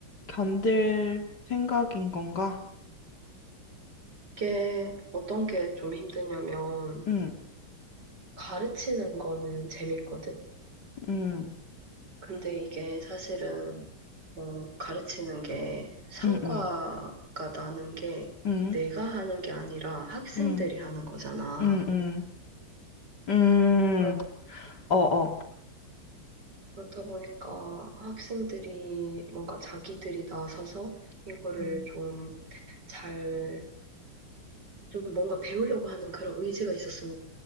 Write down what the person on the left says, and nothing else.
견딜 생각인 건가?
응,
응,
응, 응,
응,
응,
응, 응, 응,
어, 어.
음,